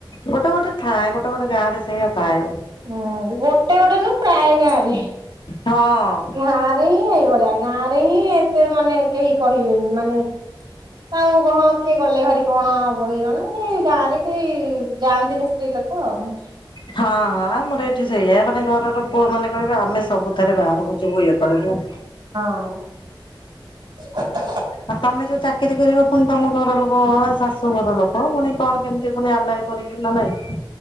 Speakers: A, on the left; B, on the right.
A: ଗୋଟେ-ଗୋଟେ ଥାଏ ଗୋଟେ-ଗୋଟେ ଗାଁ ରେ ସେଇଆ ଥାଏ।
B: ହୁଁ ଗୋଟେ-ଗୋଟେ ନୁହଁ, ପ୍ରାୟ ଗାଁରେ
A: ହଁ
B: ଗାଁରେ ହିଁ ଏଇଭଳିଆ। ଗାଁ ରେ ହିଁ ଏତେ ମାନେ କେହି କହିବେନି, ମାନେ <unintelligible> କିଏ ଗଲେ ଭାରି କଣ ହବ କି କଣ, ଏ ଗାଁରେ ବି ଯାଆନ୍ତିନି ସ୍ତ୍ରୀ ଲୋ କ ଆଉ।
A: ହଁଁ ମୋର ଏଠି ସେଇଆ, ମାନେ ଘରର ପୁଅମାନେ କହିବେ ଆମେ ସବୁଥେରେ ବାହାରକୁ ଯିବୁ ଇଏ କରିବୁ।
B: ହଁ। ହ
A: ଆଉ ତମେ ଯୋଉ ଚାକିରି କରିବ ପୁଣି ତମ ଘରଲୋକ ବା ଶାଶୁଘର ଲୋ ହଁ ପୁଣି କଣ କେମିତି ପୁଣି ଆଲାଓ କରିବେ ନା ନାଇଁ?